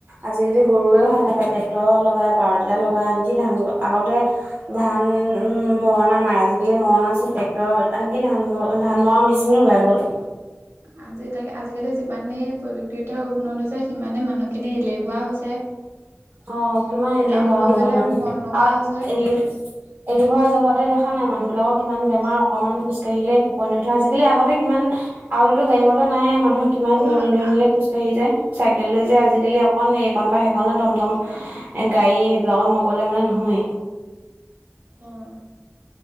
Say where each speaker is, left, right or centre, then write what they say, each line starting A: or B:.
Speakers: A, on the right; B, on the right.
A: আজিকালি গৰুৱে হয় নাপায় ট্ৰেক্টৰ লগাই পাৱাৰ টিলাৰ লগাই আনকি ধান আগতে- ধান উম মৰণা মাৰে আজিকালি মৰণা চোন ট্ৰেক্টৰ আনকি ধান ধান মৰা মে- মেচিনো ওলাই গ'ল।
B: আজি তাকে আজিকালি যিমানেই প্ৰযুক্তিবিদ্যা উন্নত হৈছে সিমানেই মানুহখিনি এলেহুৱা হৈছে।
A: অ কিমান এলেহুৱা
B: কাম কৰিবলৈ
A: হৈ গ'ল মানুহ
B: মন নকৰা
A: আৰু
B: হৈছে
A: এ- এলেহুৱা জহতে দেখা নাই মানুহবিলাকক কিমান বেমাৰ অকণমান খোজকাঢ়িলে ফুপনি উঠে আজিকালি আগতে কিমান- আগতে তো গাড়ী মটৰ নাই মানুহে- কিমান
B: অ',
A: দূৰণি দূৰণিলে খোজকাঢ়ি যায় চাইকেল লৈ
B: অ',
A: যায় আজিকালি অকণ এইকণ বা সেইকনলে- টমটম গাড়ী সেইবিলাকত নগ'লে মানে নহয়েই
B: অ',